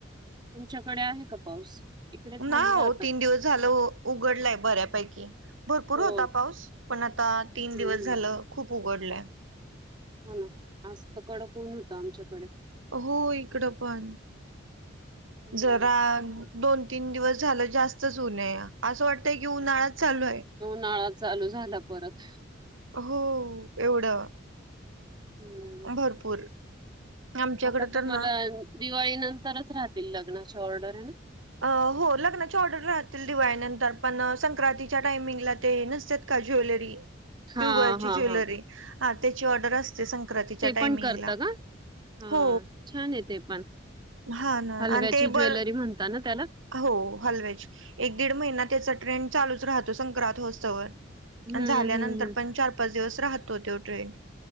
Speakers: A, on the right; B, on the right.
A: तुमच्याकडे आहे का पाऊस? इकडे थांबला
B: ना आओ
A: आता
B: तीनं दिवसं झालं उघडलंय बऱ्यांपैकी. भरपूर
A: हो
B: होता पाऊस. पण आता तीन
A: हम्म
B: दिवस
A: हम्म
B: झालं खूप उघडलंय.
A: हो ना. आज त कडक उन होतं आमच्याकडे.
B: हो इकड पण.
A: हम्म.
B: जरा दोन तीन दिवस झालं जास्तच उने. असं वाटतंय की उन्हाळाच चालूये.
A: उनळाच चालू झाला परत.
B: हो एवढं.
A: हम्म.
B: भरपूर. आमच्याकडे
A: आता तुम्हाला
B: तर ना
A: दिवाळी नंतरच राहतील, लग्नाची ऑर्डर हाय ना?
B: अ हो लग्नाची ऑर्डर राहतील दिवाळीनंतर, पण संक्रांतीच्या टायमिंगला ते नसतात का ज्वेलरी
A: हा
B: तीळगूळाची
A: हा
B: ज्वेलरी,
A: हा
B: हा त्याची ऑर्डर असते, संक्रांतीच्या
A: ते
B: टायमिंगला.
A: पण करता का? हा
B: हो
A: छाने ते पण.
B: हा ना
A: हलव्याची
B: आणि ते
A: ज्वेलरी
B: बर
A: म्हणत ना त्याला?
B: हो हलव्याची. एक दीड महिना त्याचा ट्रेंड चालूच राहतो, संक्रांत होसतवर.
A: हम्म
B: अण झाल्यानंतर
A: हम्म हम्म
B: पण चार पाच दिवस राहतो तो ट्रेंड.